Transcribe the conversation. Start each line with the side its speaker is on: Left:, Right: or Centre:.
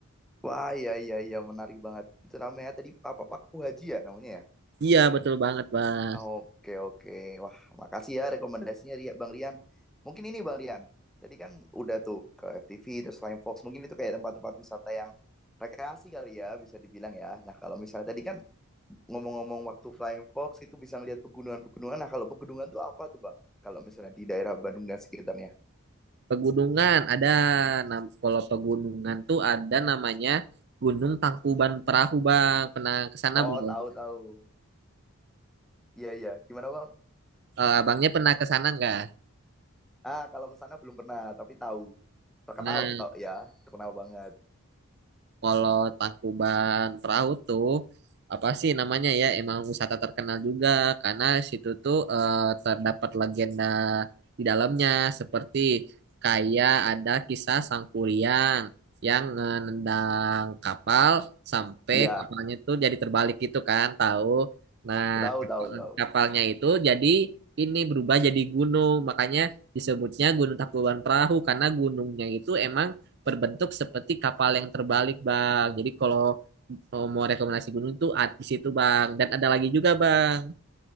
Centre: Wah, iya iya iya, menarik banget. Itu namanya tadi apa Pak Haji ya namanya ya?
Right: Iya betul banget bang.
Centre: Oke oke. Wah, makasih ya rekomendasinya Ria- Bang Rian. Mungkin ini Bang Rian. Tadi kan udah tuh ke FTV terus Flying Fox. Mungkin itu kayak tempat-tempat wisata yang rekreasi kali ya bisa dibilang ya. Nah, kalau misalnya tadi kan ngomong-ngomong waktu Flying Fox itu bisa ngelihat pegunungan-pegunungan. Nah, kalau pegunungan tuh apa tuh Bang? Kalau misalnya di daerah Bandung dan sekitarnya.
Right: Pegunungan ada nam- kalau pegunungan tuh ada namanya Gunung Tangkuban Perahu Bang. Pernah ke sana
Centre: Oh,
Right: belum?
Centre: tahu tahu. Iya iya. Gimana Bang?
Right: Eh, abangnya pernah ke sana nggak?
Centre: Ah, kalau ke sana belum pernah, tapi tahu. Terkenal
Right: Pernah.
Centre: kok ya, terkenal banget.
Right: Kalau Tangkuban Perahu tuh apa sih namanya ya? Emang wisata terkenal juga karena situ tuh eh, terdapat legenda di dalamnya seperti kayak ada kisah Sang Kuryang yang menendang kapal sampai
Centre: Iya,
Right: kapalnya tuh jadi terbalik gitu kan, tahu? Nah,
Centre: tahu
Right: kapal-
Centre: tahu tahu.
Right: kapalnya itu jadi ini berubah jadi gunung, makanya disebutnya Gunung Tangkuban Perahu karena gunungnya itu emang berbentuk seperti kapal yang terbalik, Bang. Jadi kalau oh, mau rekomendasi gunung tuh ad- di situ, Bang. Dan ada lagi juga, Bang.